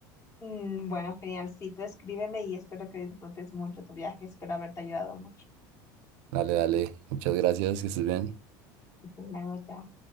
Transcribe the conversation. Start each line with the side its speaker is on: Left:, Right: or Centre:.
Left: Mm, bueno, genial. Sí, tú escríbeme y espero que disfrutes mucho tu viaje. Espero haberte ayudado mucho.
Right: Dale, dale, muchas gracias, que estés bien.
Left: Hasta luego, chao.